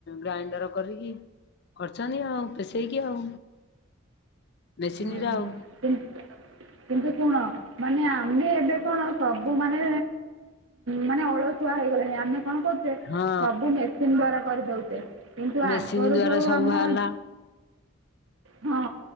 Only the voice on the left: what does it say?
ଗ୍ରାଇଣ୍ଡର କରିଅଛି। କରଛନ୍ତି ଆଉ ପେଷେଇକି ଆଉ। ମେସିନରେ
ଆଉ
ହଁ
ମେସିନ
ଦ୍ଵାରା
ସବୁ
ବାହାରିଲା